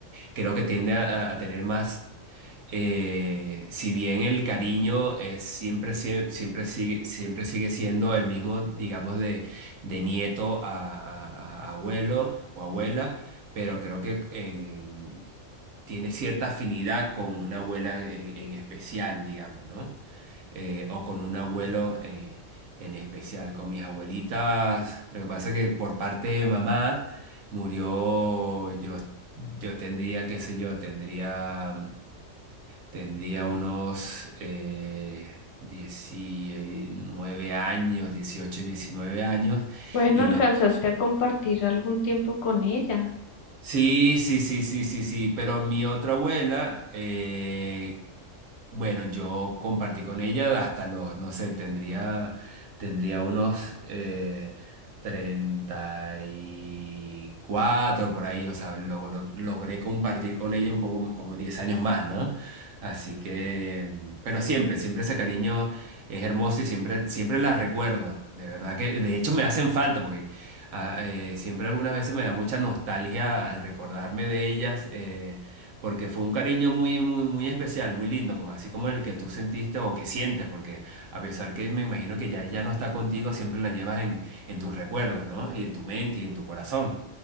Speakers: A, on the right; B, on the left.
A: creo que tiende a, a tener más, eh, si bien el cariño es siempre, sie- siempre, sigue, siempre sigue siendo el mismo, digamos, de, de nieto a, a- a abuelo o abuela, pero creo que en- tiene cierta afinidad con una abuela en, en especial, digamos, ¿no? eh, o con un abuelo eh, en especial. Con mis abuelitas, lo que pasa es que por parte de mamá murió, yo, yo tendría, qué sé yo, tendría, tendría unos eh, 19 años, 18 19 años,
B: Bueno,
A: y
B: alcanzaste
A: no...
B: a compartir algún tiempo con ella.
A: Sí, sí, sí, sí, sí, sí, pero mi otra abuela, eh, Bueno, yo compartí con ella hasta los, no sé, tendría, tendría unos eh, 34 por ahí, o sea, logro- logré compartir con ella un poco como 10 años más, ¿no? Así que, pero siempre, siempre ese cariño es hermoso y siempre, siempre la recuerdo, de verdad que, de hecho me hacen falta porque ah, eh, siempre algunas veces me da mucha nostalgia al recordarme de ellas. eh, porque fue un cariño muy, muy, muy especial, muy lindo, como, así como el que tú sentiste o que sientes, porque a pesar que me imagino que ya, ya no está contigo, siempre la llevas en, en tus recuerdos, ¿no? Y en tu mente y en tu corazón.